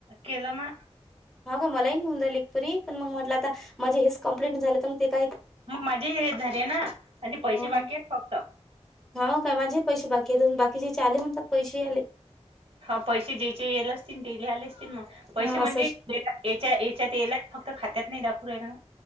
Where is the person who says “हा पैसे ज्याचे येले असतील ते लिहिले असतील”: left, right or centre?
Right